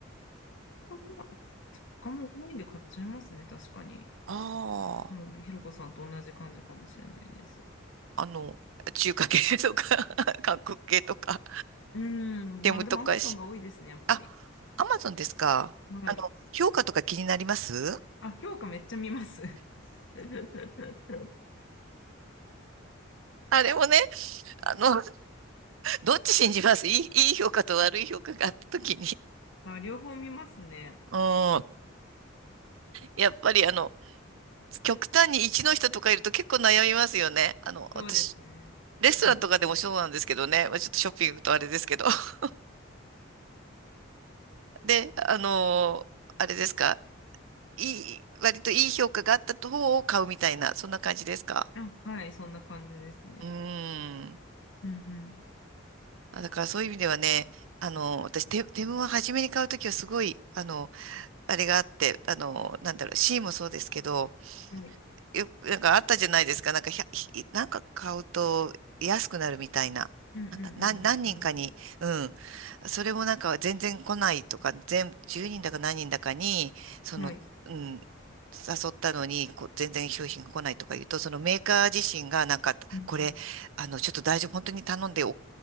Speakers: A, on the left; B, on the right.
A: 他も、雑もオンラインで買っちゃいますね。確かに。
B: ああ、
A: うん。ひろこさんと同じ感じかもしれないです。
B: あの、中華系とか <laughs> 韓国系とか、
A: うん。
B: テムとかし、
A: まあ、でも Amazon が多いですね、やっぱり。
B: あ、アマゾンですか。
A: はい。
B: あの、評価とか気になります
A: あ、評価めっちゃ見ます。<laughs>
B: あれもね、あの、<laughs> どっち信じますいい、いい評価と悪い評価があった時に。<laughs>
A: あ、両方見ますね。
B: うん。やっぱりあの、極端に一の人とかいると結構悩みますよね。あの、
A: そうですね。
B: 私、レストランとかでもそうなんですけどね。
A: うん。
B: まあ、ちょっとショッピングとあれですけど。<laughs> で、あのーあれですか。いい、割といい評価があった方を買うみたいな、そんな感じですか。
A: あのあ、はい、そんな感じですね。
B: うーん。
A: うん
B: あだからそういう意味ではね、あの、私、テ、テムは初めに買うときはすごい、あの、あれがあって、あの、なんだろう、シーもそうですけど、
A: うん。はい。
B: よ、なんかあったじゃないですか。なんか、ひゃひなんか買うと安くなるみたいな。
A: うんうんうんうん。
B: なんだ、な、何人かに、
A: ありますよね。
B: うん。それもなんか全然来ないとか、全、10人だか何人だかに、その、
A: はい。
B: うん、誘ったのに、こう、全然商品が来ないとか言うと、そのメーカー自身がなんか、
A: うんうん。
B: これ、あの、ちょっと大丈夫、本当に頼んでお、